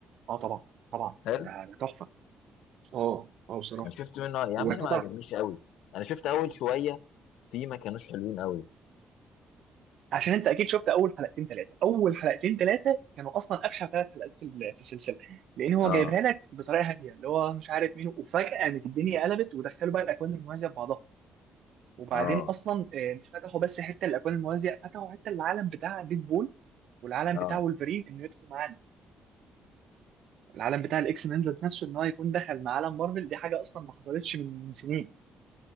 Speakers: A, on the right; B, on the left.
A: اه طبعا طبعا
B: حلو
A: ده ده تحفه اه اه بصراحه
B: انا شفت منه يا
A: وفترة
B: عم انا ما عجبنيش قوي انا شفت اول شوية في ما كانوش حلوين قوي
A: عشان انت اكيد شفت اول حلقتين ثلاثه اول حلقتين ثلاثه كانوا اصلا افشل ثلاث حلقات في ال- في السلسله لان هو
B: اه
A: جايبها لك بطريقه هاديه اللي هو مش عارف مين وفجاه قامت الدنيا قلبت ودخلوا بقى الاكوان الموازيه ببعضها وبعدين
B: اه
A: اصلا آه، مش فتحوا بس حته الاكوان الموازيه فتحوا حته العالم بتاع ديدبول والعالم
B: اه
A: بتاع وولفرين انه يدخل معانا العالم بتاع الاكس مان ذات نفسه ان هو يكون دخل مع عالم مارفل دي حاجه اصلا ما حصلتش من من سنين